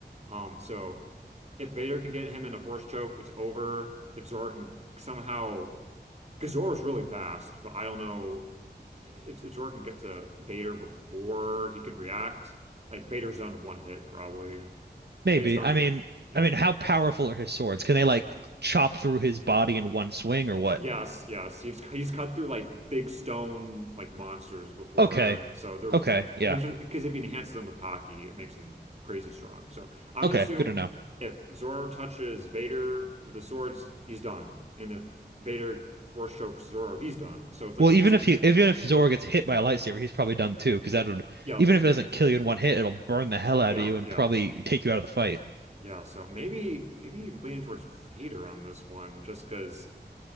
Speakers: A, on the right (about 40°); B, on the right (about 70°).
A: Um, so if Vader can get him in a force choke, it's over. If Zoro can somehow because Zoro's really fast, but I don't know if Zor can get to Vader before he can react, like Vader's done in one hit probably,
B: Maybe.
A: based on
B: I mean,
A: you
B: I
A: know.
B: mean, how powerful are his swords? Can they like chop through his body in one swing or what?
A: Yes, yes, he's he's cut through like big stone like monsters before,
B: Okay.
A: so they're
B: Okay. Yeah.
A: because if he enhances them with hockey, it makes him crazy strong. So I'm
B: Okay.
A: gonna assume
B: Good to know.
A: if Zoro touches Vader with his swords, he's done, and if Vader force chokes Zoro, he's done. So it's like
B: Well,
A: a
B: even
A: it's,
B: if he, even if Zoro gets hit by a lightsaber, he's probably done too, because that would,
A: yeah,
B: even if it doesn't kill you in one hit, it'll burn the hell out
A: yeah,
B: of you and
A: yeah.
B: probably take you out of the fight.
A: Yeah, so maybe maybe leaning towards Vader on this one just because